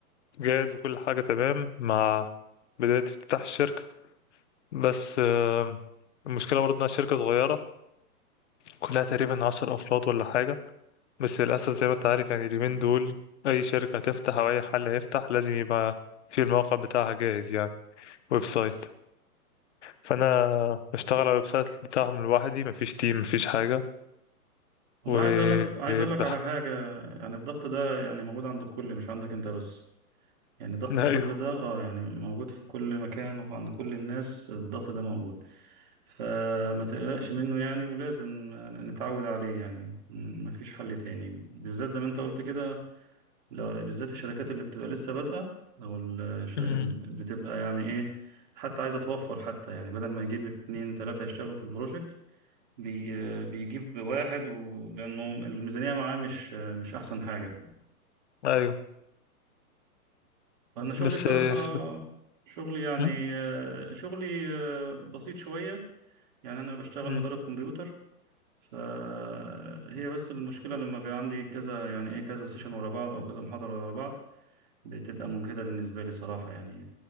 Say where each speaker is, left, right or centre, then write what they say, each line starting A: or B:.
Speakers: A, on the left; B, on the right.
A: جاهز وكل حاجه تمام مع بدايه افتتاح الشركه بس آه، المشكله برضه انها شركه صغيره كلها تقريبا عشر افراد ولا حاجه بس للأسف زي ما أنت عارف يعني اليومين دول أي شركة هتفتح أو أي حل هيفتح لازم يبقى في الموقع بتاعها جاهز يعني ويب سايت فأنا بشتغل على الويب سايت بتاعهم لوحدي مفيش تيم مفيش حاجة
B: والله
A: و
B: عايز اقول لك عايز اقول لك
A: بح...
B: على حاجة يعني الضغط ده يعني موجود عند الكل مش عندك انت بس يعني ضغط
A: <laughs> أيوه
B: الشغل ده اه يعني موجود في كل مكان وعند كل الناس الضغط ده موجود فما تقلقش منه يعني ولازم نتعود عليه يعني مفيش حل تاني بالذات زي ما انت قلت كده لو بالذات الشركات اللي بتبقى لسه بادئة أو ال- الش- اللي
A: أمم،
B: بتبقى يعني إيه حتى عايزة توفر حتى يعني بدل ما يجيب اتنين تلاتة يشتغلوا في البروجكت بي بيجيب واحد و... لأنه الميزانية معاه مش مش أحسن حاجة
A: أيوه
B: فأنا شغلي
A: بس
B: صراحة
A: ف...
B: شغلي يعني
A: أمم،
B: آه، شغلي آه، بسيط شوية يعني أنا بشتغل
A: أمم،
B: مدرب كمبيوتر فهي بس المشكلة لما بيبقى عندي كذا يعني إيه كذا سيشن ورا بعض أو كذا محاضرة ورا بعض بتبقى مجهدة بالنسبة لي صراحة يعني